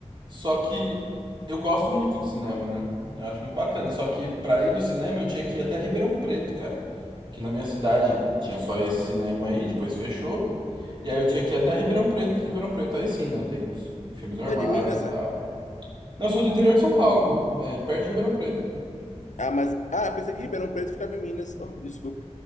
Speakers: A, on the right; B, on the left.
A: Só que eu gosto muito de cinema, né? Eu acho muito bacana. Só que pra ir no cinema eu tinha que ir até Ribeirão Preto, cara. Que na minha cidade tinha só esse cinema aí, depois fechou. E aí eu tinha que ir até Ribeirão Preto, que Ribeirão Preto aí sim, né? Tem filmes normais
B: Tu é de Minas,
A: e tal.
B: né?
A: Não, eu sou do interior de São Paulo, é, perto de Ribeirão Preto.
B: Ah, mas. Ah, pensei que Ribeirão Preto ficava em Minas. Oh, desculpa.